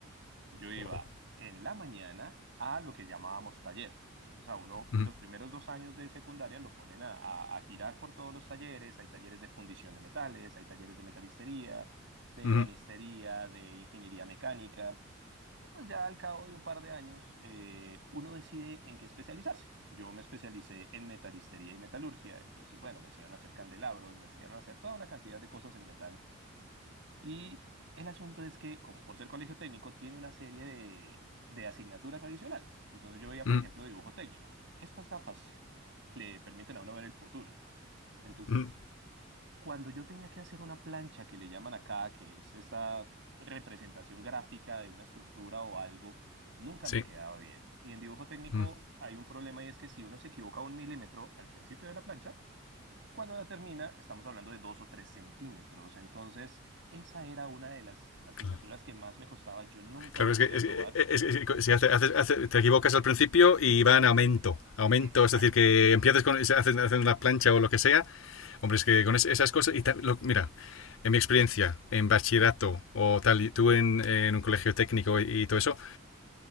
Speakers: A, on the right; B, on the left.
A: Yo iba
B: wow.
A: en la mañana a lo que llamábamos taller. Entonces a uno
B: Mm,
A: los primeros dos años de secundaria lo ponen a, a, a girar por todos los talleres. Hay talleres de fundición de metales, hay talleres de metalistería, de
B: mm,
A: ebanistería, de ingeniería mecánica. Y pues ya al cabo de un par de años, eh, uno decide en qué especializarse. Yo me especialicé en metalistería y metalurgia, entonces, bueno, me enseñaron a hacer candelabros, me enseñaron a hacer toda una cantidad de cosas en metal. Y el asunto es que, como por ser colegio técnico, tiene una serie de, de asignaturas adicionales. Entonces yo veía, por
B: mm,
A: ejemplo, dibujo técnico. Estas gafas le permiten a uno ver el futuro. Entonces,
B: mm,
A: cuando yo tenía que hacer una plancha que le llaman acá, que es esta representación gráfica de una estructura o algo, nunca
B: sí,
A: me quedaba bien. Y en dibujo técnico
B: mm,
A: hay un problema y es que si uno se equivoca un milímetro al principio de la plancha, cuando la termina estamos hablando de dos o tres centímetros. Entonces, esa era una de las asignaturas
B: claro.
A: que más me costaba. Yo nunca
B: Claro,
A: la pude
B: es que, es
A: aprobar.
B: es- es- es- si hace- hace- hace- te equivocas al principio y va en aumento. Aumento,
A: Exacto.
B: es decir, que empiezas con se hacen, hacen una plancha o lo que sea. Hombre, es que con es- esas cosas. Y ta- lo- mira, en mi experiencia, en bachillerato o tal, y tú en, en un colegio técnico y, y todo eso,